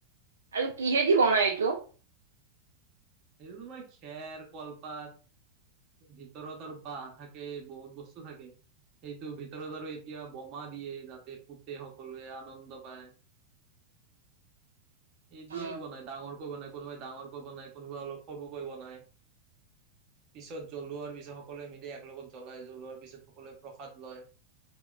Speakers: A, on the right; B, on the right.
A: আৰু কিহেদি বনাই এইটো?
B: এইটো তোমাৰ খেৰ কলপাত ভিতৰত আৰু বাঁহ থাকে বহুত বস্তু থাকে। সেইটোৰ ভিতৰত আৰু এতিয়া বোমা দিয়ে যাতে ফুতে সকলোৱে আনন্দ পায়।
A: <inaudible>
B: এদিয়ে
A: অ
B: বনায় ডাঙৰকৈ বনায় কোনোবাই ডাঙৰকৈ বনাই কোনোবাই অলপ সৰুকৈ বনায়।
A: <inaudible>
B: পিছত জ্বলোৱাৰ পিছত সকলোৱে মিলি একলগত জ্বলাই, জ্বলোৱাৰ পিছত সকলোৱে প্ৰসাদ লয়।